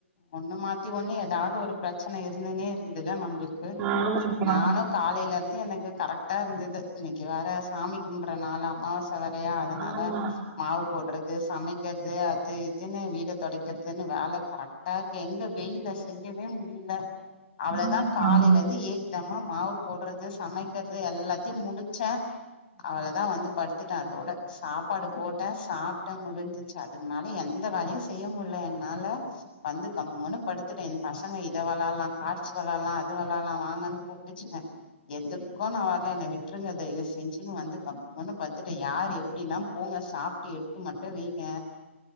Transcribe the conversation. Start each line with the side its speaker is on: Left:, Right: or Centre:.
Left: ஒண்ணு மாத்தி ஒண்ணு ஏதாவுது ஒரு பிரச்சனை இருந்தனே இருக்குதுல்ல நம்மளுக்கு
Right: ஆமாப்பா
Left: நானு காலையிலருந்து எனக்கு கரெக்டா இருந்தது இன்னைக்கு வேற சாமி கும்பறனாலாமா அம்ச சவறயா அதனால
Right: ஆமா
Left: மாவு போட்றது சமைக்கிறது அது இதுன்னு வீடு துடைக்கிறதுன்னு வேல கரெக் தார்க்கே எங்க வெயில செய்யவே முடியல அவ்ளதா
Right: ஆமாப்பா
Left: காலைய இருந்து ஏ இந்தம்மா மாவு போட்றது சமைக்கிறது எல்லாத்தியு முடிச்சே அவளதா வந்து படுத்துட்டே அதோட சாப்பாடு போட்டே சாப்டே முடிஞ்சிச்சு அதுக்கு மேல எந்த வேலையு ஸ் செய்ய முல்ல என்னால வந்து கம்முனு படுத்துட்டே எ பசங்க இத விளாலா கார்ட்ஸ் வளாலா அது வளலா வாங்கன்னு கூப்டுச்சுங்க எதுக்கு நா வரல என்ன விட்டுருங்க தயவு செஞ்சுன்னு வந்து கம்ன்னு பத்துட்ட யார் எப்டின்னா போங்க சாப்டு எடுத்து மட்டு வெய்ங்க